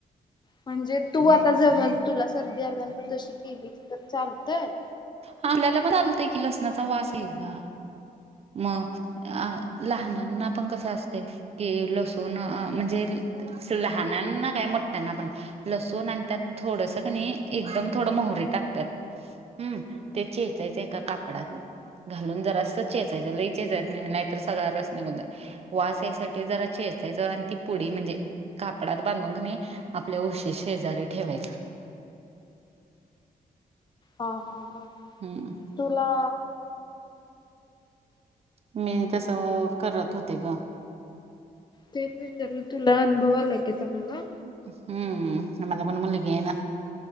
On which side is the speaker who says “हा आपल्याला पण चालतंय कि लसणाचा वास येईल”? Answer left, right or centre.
Right